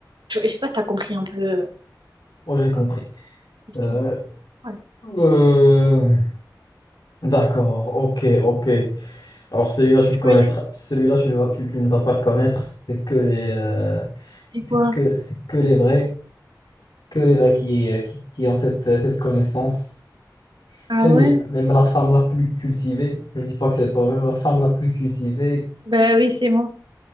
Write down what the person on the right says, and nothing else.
je, je sais pas si t'as compris un peu. euh, la
question.
Ouais.
Tu
vois, Yann,
c'est
quoi?
Ah
ouais?
Bah oui, c'est moi.